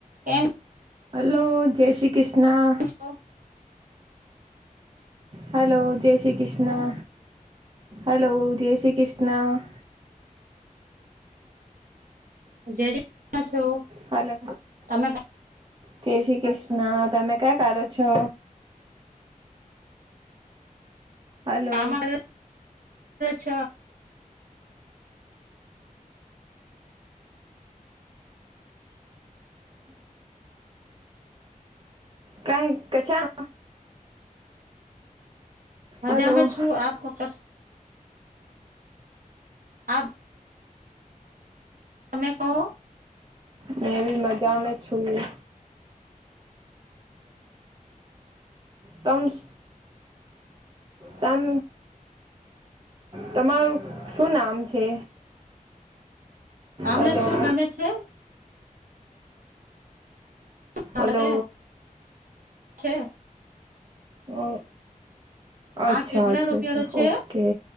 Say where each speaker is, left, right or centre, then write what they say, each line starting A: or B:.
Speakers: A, on the right; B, on the right.
A: એમ
B: hello જય શ્રી કૃષ્ણ
A: છો
B: hello જય શ્રી કૃષ્ણ હલો જય શ્રી કૃષ્ણ
A: જય છો
B: હલો
A: તમે
B: જય શ્રી કૃષ્ણ તમે ક્યા કરો છો. હલો
A: કામ કર છ.
B: કઈ કશા
A: મજામાં
B: હલો
A: જ છુ, આપ ક આબ તમે કહો
B: મેવી મજા મેં છુઈએ. તમ સ તમ -તમારું શું નામ છે.
A: તમને
B: હલો
A: શું ગમે છે. માગ
B: હલો
A: છે.
B: અ- અચ્છા
A: આ કેટલા
B: અચ્છા
A: રૂપિયાનો
B: અચ્છા
A: છે
B: ઓકે